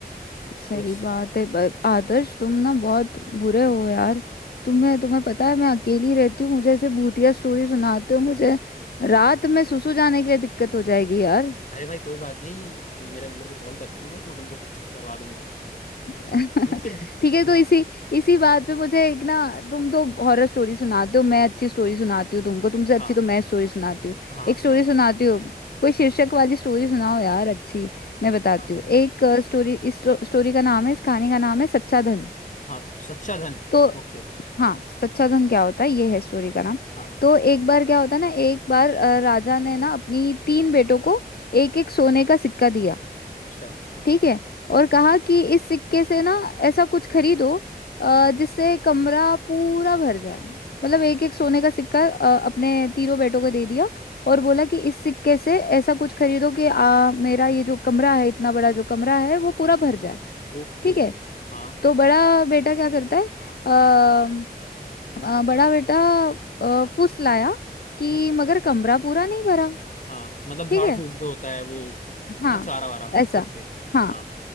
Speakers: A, on the left; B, on the left.
A: सही
B: तो इट्स
A: बात है ब- आदर्श तुम ना बहुत बुरे हो यार तुम्हें तुम्हें पता है मैं अकेली रहती हूँ मुझे ऐसे भूतिया स्टोरी सुनाते हो मुझे रात में सुसु जाने के लिए दिक्कत हो जाएगी यार
B: अरे भाई कोई बात नहीं तुम मेरे नंबर पे कॉल कर लेना मैं मैं तुमको करवा दूंगा आराम से
A: <laughs>
B: ठीक है
A: ठीक है तो
B: हाँ
A: इसी इसी बात पे मुझे एक ना तुम तो हॉरर स्टोरी सुनाते हो मैं अच्छी स्टोरी सुनाती हूँ तुमको तुमसे अच्छी
B: हाँ
A: तो मैं स्टोरी सुनाती हूँ
B: हाँ हाँ
A: एक
B: सुनाओ
A: स्टोरी सुनाती हूँ कोई शीर्षक वाली स्टोरी सुनाओ यार अच्छी मैं बताती
B: हाँ
A: हूँ एक स्टोरी इस स्टोरी का नाम है इस कहानी का नाम है सच्चा धन
B: हाँ सच्चा धन
A: तो
B: ओके
A: हाँ सच्चा धन क्या होता है ये है स्टोरी का नाम
B: हाँ
A: तो एक बार क्या होता है ना एक बार अ, राजा ने ना अपनी तीन बेटों को एक एक सोने का सिक्का दिया
B: अच्छा
A: ठीक है और कहा कि इस सिक्के से ना ऐसा कुछ खरीदो अ, जिससे कमरा पूरा भर जाए मतलब एक एक सोने का सिक्का अ, अपने तीनों बेटों को दे दिया और बोला कि इस सिक्के से ऐसा कुछ खरीदो कि आ, मेरा ये जो कमरा है इतना बड़ा जो कमरा है वो पूरा भर जाए
B: ओके
A: ठीक है
B: हाँ
A: तो बड़ा बेटा क्या करता है अ अ, बड़ा बेटा अ, फुस लाया कि
B: हम्म,
A: मगर कमरा पूरा नहीं भरा
B: हाँ मतलब झाड़
A: ठीक है
B: फूक जो होता है वो
A: हाँ
B: है ना चारा वारा
A: ऐसा
B: ओके
A: हाँ
B: हाँ